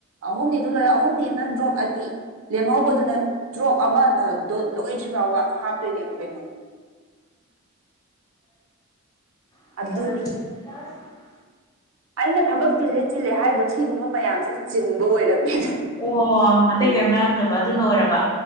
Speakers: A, on the right (about 70°); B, on the left (about 15°).
A: ꯑꯍꯨꯝꯅꯤꯗꯨ ꯂꯣꯏꯔ ꯑꯍꯨꯝꯅꯤ ꯑꯃꯅ ꯗ꯭ꯔꯣꯞ ꯑꯅꯤ ꯂꯦꯝꯍꯧꯕꯗꯨꯅ ꯗ꯭ꯔꯣꯞ ꯑꯃ ꯗ ꯂꯣꯏꯗ꯭ꯔꯤ ꯐꯥꯎꯕ ꯍꯥꯞꯇꯣꯏꯅꯦꯕ ꯀꯩꯅꯣꯗꯣ
B: ꯌꯥ
A: ꯑꯗꯨꯅꯤ ꯑꯩꯅ ꯊꯕꯛ ꯆꯤꯜꯂꯦ ꯆꯤꯜꯂꯦ ꯍꯥꯏꯗꯣ ꯁꯤꯒꯨꯝꯕ ꯃꯌꯥꯝꯁꯤ ꯆꯤꯟꯕ ꯑꯣꯏꯔꯝꯅꯤ
B: ꯑꯣ ꯑꯇꯩ ꯀꯩꯝ ꯂꯩꯥꯏꯔꯝꯗꯕ ꯑꯗꯨꯅ ꯑꯣꯏꯔꯕ